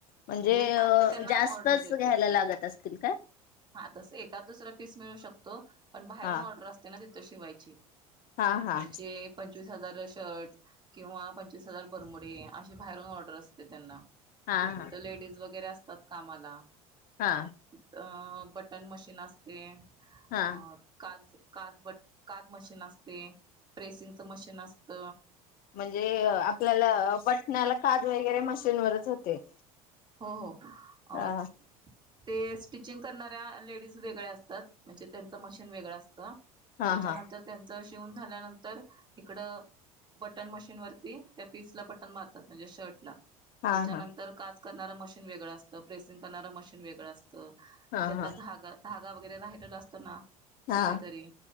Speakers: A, on the left (about 50°); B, on the right (about 25°).
A: म्हणजे
B: एक पार्टी त्यांना
A: जास्तच
B: ऑर्डर देते
A: घ्यायला लागत असतील काय?
B: हा तस एकाद दुसरा पीस मिळू शकतो. पण बाहेरुन
A: हा
B: ऑर्डर असते ना, तित शिवाय ची
A: हा हा
B: म्हणजे पंचवीस हजार शर्ट किंवा पंचवीस हजार बरमुडे, अशी बाहेरून ऑर्डर असते त्यांना,
A: हा
B: मग तित
A: हा
B: लेडीज वगैरे असतात कामाला,
A: हा
B: तित बट नसते.
A: हा
B: अ काज काज बट, काज मशीन असते, प्रेसिंगचं मशीन असत.
A: म्हणजे अ आपल्याला अ बटणाला काज वगैरे मशीनवरच होते.
B: हो हो अ
A: हा
B: ते ते स्टिचिंग करणाऱ्या लेडीज वेगळ्या असतात म्हणजे त्यांचं मशीन वेगळं अस त
A: हा
B: त्याच्यानंतर
A: हा
B: त्यांच शिवन झाल्यानंतर इकड बटन मशीन वरती त्या पीस ला बटन मारतात म्हणजे शर्ट ला
A: हा
B: त्याच्यानंतर
A: हा
B: काच. करणारं मशीनेगळं असतं प्रेसिंग करणारं मशीन वेगं असतं.
A: हा
B: त्याचा
A: हा
B: धागा वगैरे ला हट असतना
A: हा
B: कुठेतरी